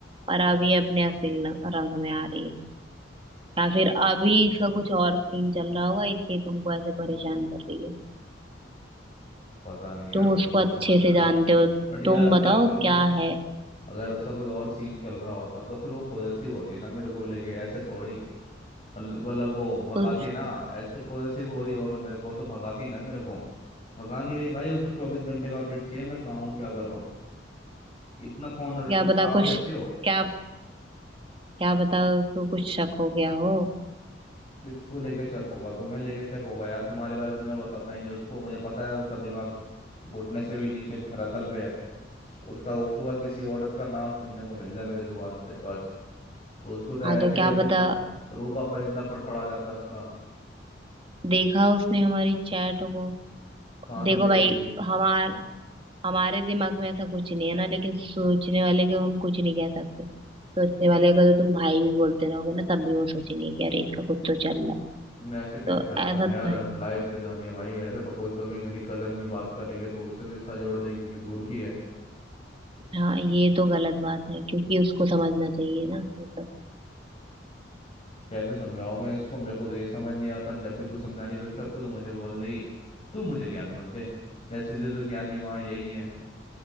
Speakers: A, on the right; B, on the left.
A: और अब ये अपने असली रंग में आ रही है या फिर अभी इसका कुछ और सीन चल रहा होगा इसलिए तुमको ऐसे परेशान कर रही है
B: पता नहीं यार
A: तुम
B: मेरे
A: उसको
B: को
A: अच्छे
B: समझ नहीं
A: से
B: आ रहा
A: जानते हो
B: बट यार
A: तुम
B: अगर
A: बताओ
B: अगर
A: क्या है
B: अगर उसका कोई और सीन चल रहा होता तो फिर वो पॉजेसिव होती ना मेरे को लेके ऐसे थोड़े ही मतलब मतलब वो भगाती
A: उस
B: ना ऐसे तो पॉजेसिव हो रही हो तो मेरे को तो भगाती ना मेरे को भगा नहीं रही भाई उसको चौबीस घंटे का अपडेट चाहिए मैं कहाँ हूँ क्या कर रहा हूँ इतना कौन
A: क्या
B: तुम
A: पता
B: आप
A: कुछ
B: देती हो
A: क्या क्या पता उसको कुछ शक हो गया हो
B: किसको लेके शक होगा तुम्हें लेके शक होगा यार तुम्हारे बारे में तो मैं बताता ही नहीं उसको मुझे पता है उसका दिमाग घुटने से भी नीचे धरातल पे है उसका उसको बस किसी औरत का नाम सुनने को मिल जाए मेरे जुबान से बस उसको तो ऐसे
A: हाँ तो क्या
B: रूह
A: पता
B: का रूह का परिंदा फड़फड़ा जाता है उसका
A: देखा उसने हमारी चैट को
B: कहाँ
A: देखो
B: से देख
A: भाई
B: लेगी
A: हमार हमारे दिमाग में ऐसा कुछ नहीं है ना लेकिन सोचने वाले को हम कुछ नहीं कह सकते सोचने वाले को तो तुम भाई भी बोलते रहोगे ना तब भी वो सोचेंगे कि अरे इसका कुछ तो चल रहा है
B: लेकिन ऐसे कैसे
A: तो
B: चलेगा
A: ऐसा
B: ना
A: तो
B: यार
A: है
B: लाइफ पे जानी है भाई ऐसे तो कोई कभी मेरी कजन भी बात करेगी तो उससे भी रिश्ता जोड़ देगी क्योंकि दूर की है
A: हाँ ये तो गलत बात है क्योंकि उसको समझना चाहिए ना ये सब
B: कैसे समझाऊं मैं इसको मेरे को तो ये समझ नहीं आता जब भी कुछ समझाने की कोशिश करती हूँ, तो मुझे बोल देगी तू मुझे ज्ञान मत दे जैसे जो तो ज्ञानी माँ यही है